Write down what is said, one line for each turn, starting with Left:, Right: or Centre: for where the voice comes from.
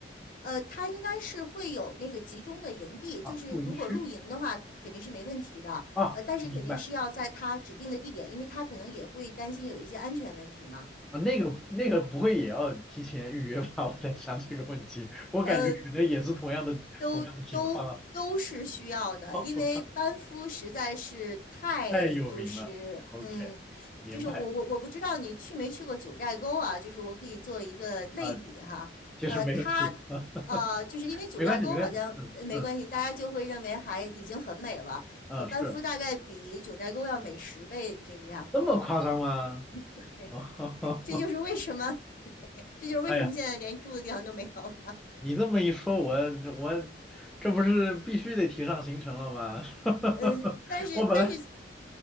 Left: 呃，他应该是会有那个集中的营地，
Centre: 啊，
Left: 就是如果露营的话，
Centre: 露营区
Left: 肯定是没问题的。
Centre: 啊，
Left: 呃，但是肯定是要在他指定的地点，
Centre: 明白
Left: 因为他可能也会担心有一些安全问题嘛。
Centre: 啊，那个那个不会也要提前预约吧？<laughs> 我在想这个问题，我感觉可能也是同样的同样的情况啊，
Left: 呃，都都都是需要的，
Centre: <laughs> 哦，
Left: 因为班夫实在是太就是嗯，
Centre: 太有名了，OK，明白明
Left: 就是我我我不知道你去没去过九寨沟啊，就是我可以做一个类比哈，
Centre: 白。啊。其实没有去啊，
Left: 呃，它
Centre: <laughs>
Left: 呃就是因为九寨沟好像呃没关系，
Centre: 没关系，没关系，嗯嗯
Left: 大家就会认为还已经很美了，
Centre: 嗯，
Left: 呃，班夫大概比九寨沟要美十倍这个样子，
Centre: 是这么夸张吗？
Left: <laughs> 对，
Centre: 哦，
Left: 这就是为什么。
Centre: <laughs>
Left: 这就是为什么现在连住的地方都没有了。
Centre: 哎呀，你这么一说，我我这不是必须得提上行程了吗？<laughs>
Left: 嗯，但是但是
Centre: 我本来